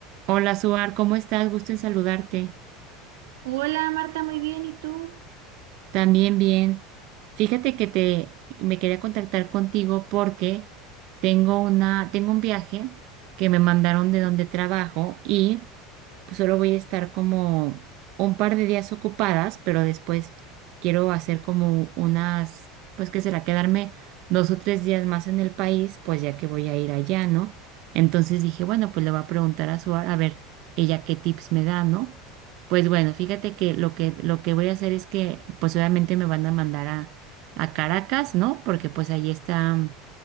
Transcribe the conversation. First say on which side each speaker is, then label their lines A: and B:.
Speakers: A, on the right; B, on the right.
A: Hola, Suar, ¿cómo estás? Gusto en saludarte.
B: Hola Marta, muy bien, ¿y tú?
A: También bien. Fíjate que te me quería contactar contigo porque tengo una tengo un viaje que me mandaron de donde trabajo y pues, solo voy a estar como un par de días ocupadas, pero después quiero hacer como unas, pues qué será, quedarme dos o tres días más en el país, pues ya que voy a ir allá, ¿no? Entonces dije, bueno, pues le voy a preguntar a Suar a ver ella qué tips me da, ¿no? Pues bueno, fíjate que lo que lo que voy a hacer es que, pues obviamente me van a mandar a, a Caracas, ¿no? Porque pues ahí está